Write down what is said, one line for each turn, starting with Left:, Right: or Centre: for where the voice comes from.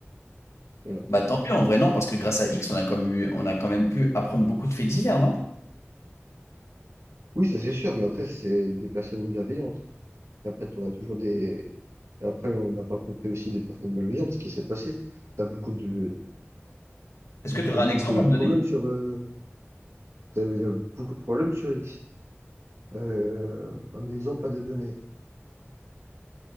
Right: Voilà.
Left: Bah tant mieux, en vrai, non, parce que grâce à X, on a comme eu- on a quand même pu apprendre beaucoup de faits divers, non?
Right: Oui, ça c'est sûr, mais après c'est des personnes bienveillantes. Et après tu auras toujours des. et Après on n'a pas compté aussi des personnes malveillantes, ce qui s'est passé. T'as beaucoup de,
Left: Est-ce que tu
Right: t'as
Left: aurais
Right: beaucoup
Left: un exemple
Right: eu
Left: à
Right: de
Left: me
Right: problèmes
Left: donner?
Right: sur. euh, t'as- Il y a beaucoup de problèmes sur X. Euh, un exemple à te donner.